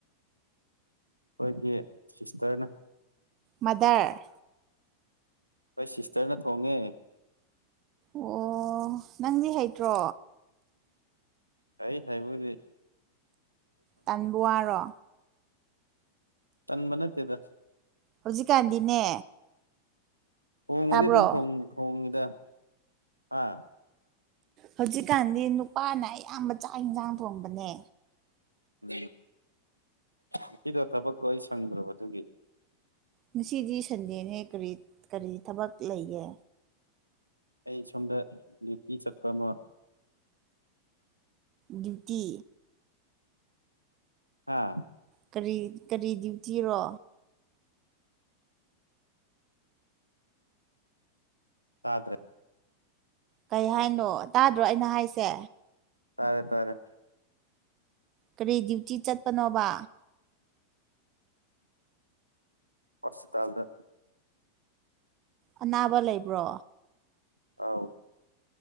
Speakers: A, on the right; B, on the right.
A: ꯈꯣꯏꯒꯤ ꯁꯤꯁꯇꯔꯅ
B: ꯃꯥꯗꯔ
A: ꯈꯣꯏ ꯁꯤꯁꯇꯔꯅ ꯊꯣꯡꯉꯦ
B: ꯑꯣ ꯅꯪꯗꯤ ꯍꯩꯇ꯭ꯔꯣ
A: ꯍꯩ ꯍꯩꯕꯨꯗꯤ
B: ꯇꯟꯕ ꯋꯥꯔꯣ
A: ꯇꯟꯕ ꯅꯠꯇꯦꯗ
B: ꯍꯧꯖꯤꯛꯀꯥꯟꯗꯤꯅꯦ
A: ꯊꯣꯡꯕꯗꯤ
B: ꯇꯥꯕ꯭ꯔꯣ
A: ꯑꯗꯨꯝ ꯊꯣꯡ ꯊꯣꯡꯉꯤꯗ ꯍꯥ
B: ꯍꯧꯖꯤꯛꯀꯥꯟꯗꯤ ꯅꯨꯄꯥꯅ ꯑꯌꯥꯝꯕ ꯆꯥꯛ ꯍꯤꯟꯖꯥꯡ ꯊꯣꯡꯕꯅꯦ
A: ꯎꯝ ꯉꯁꯤꯗꯣ ꯊꯕꯛꯇꯣ ꯑꯩ ꯁꯪꯗ꯭ꯔꯕ ꯑꯗꯨꯒꯤ
B: ꯉꯁꯤꯗꯤ ꯁꯟꯗꯦꯅꯦ ꯀꯔꯤ ꯀꯔꯤ ꯊꯕꯛ ꯂꯩꯒꯦ
A: ꯑꯩ ꯁꯣꯝꯗ ꯗ꯭ꯌꯨꯇꯤ ꯆꯠꯄ ꯑꯃ
B: ꯗ꯭ꯌꯨꯇꯤ
A: ꯍꯥ
B: ꯀꯔꯤ ꯀꯔꯤ ꯗ꯭ꯌꯨꯇꯤꯔꯣ
A: ꯇꯥꯗ꯭ꯔꯦ
B: ꯀꯩ ꯍꯥꯏꯅꯣ ꯇꯥꯗ꯭ꯔꯣ ꯑꯩꯅ ꯍꯥꯏꯁꯦ
A: ꯇꯥꯔꯦ ꯇꯥꯔꯦ
B: ꯀꯔꯤ ꯗ꯭ꯌꯨꯇꯤ ꯆꯠꯄꯅꯣꯕ
A: ꯍꯣꯁꯄꯤꯇꯥꯜꯗ
B: ꯑꯅꯥꯕ ꯂꯩꯕ꯭ꯔꯣ
A: ꯑꯧ